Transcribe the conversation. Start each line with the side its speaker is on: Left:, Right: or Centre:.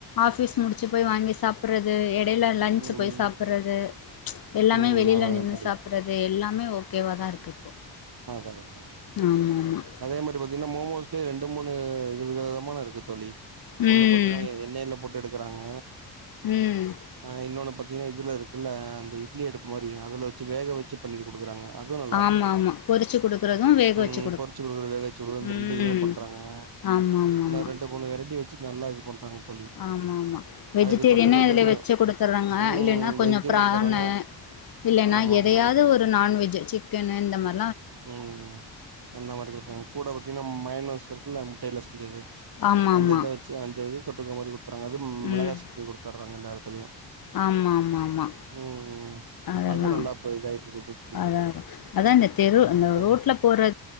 Left: ஆஃபிஸ் முடி ச்சு போய் வாங்கி சாப்பட்றது எட் எடைல லஞ்சு
Right: ம்
Left: போய் சாப்படுறது எல்லாமே
Right: ம்
Left: வெளியில
Right: அதா அதா
Left: நின்னு
Right: தோழி
Left: சாப்புடுறது எல்லாமே ஓ கேவாதா இருக்கு இப்போ
Right: அதா அதா
Left: ஆமா ஆமா
Right: அதே மாரி பாத்தீங்கன்னா மோமோஸ் ஸே ரெண்டு மூணு இது வித விதமான இருக்கு தோழி
Left: ம்
Right: ஒன்னு பாத்தியன்னா எண்ணைல போட்டு எடுக்குறாங்க
Left: ம்
Right: ஆ இன்னோன்னு பாத் திகன்னா இதுல இருக்குல்ல அந்த இட்லி அடுப்பு மாரி அதுல வச்சு வேக வச்சு பண்ணிட்டு குடுக்குறாங்க அதுவு நல்லாருக்கு
Left: ஆமா ஆமா பொரிச்சு குடுக்குறது வேக
Right: ம்
Left: வச்சு
Right: பொறுச்சு குடுக்குறது வேக வச்சு குடுக்கறது இந்த
Left: ம்
Right: ரெண்டு இதுமே பண்றாங்க
Left: ஆமா ஆமா
Right: இல்ல
Left: ஆமா
Right: ரெண்டு மூணு வெரைட்டி வச்சுட் நல்லா இது பண்றாங்க தோழி
Left: ஆமா ஆமா வெஜிடேரியனு
Right: அதுக்கு தொட்டுக்க வந்து
Left: அதுல
Right: அந்த
Left: வச்சு குடுத்தறாங்க
Right: ம்
Left: இல்லேன்னா கொஞ்சம்
Right: வெஜ்ஜு
Left: பிரான்
Right: குடுத்துர்றாங்க
Left: இல்லன்னா
Right: ஆமா
Left: எதையாவ்து
Right: ஆமா ஆமா
Left: ஒரு நான்வெஜ் சிக்கனு இந்த மா
Right: ம் அந்த மாரி குடுக்குறாங்க கூட பாத்தீங்கன்னா மயோனஸ் இருக்குல்ல முட் ட்டைல செஞ்சது
Left: ஆமா
Right: அந்த
Left: ஆமா
Right: இத வச்சு வாஞ்சது தொட்டுக்க மாரி கு த்தறாங்க அது மெளகா
Left: ம்
Right: சட்னி கொடுத்தராங்க எல்லா எடத்துலயு
Left: ஆமா ஆமா ஆமா
Right: ம்
Left: அதெல்லா
Right: அது நல்லா இப்ப இதாயிட்டு இருக்குது
Left: அத அதா அதா இந்த தெரு இந்த
Right: ம் தோழி
Left: ரோட்ல போறது